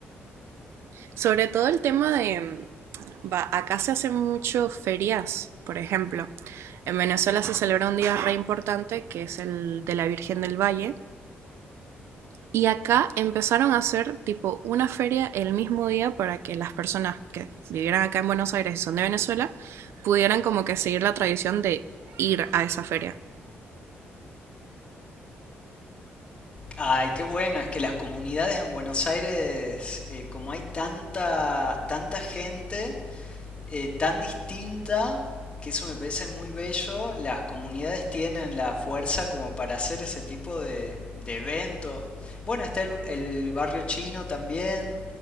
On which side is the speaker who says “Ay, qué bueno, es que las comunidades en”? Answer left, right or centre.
Left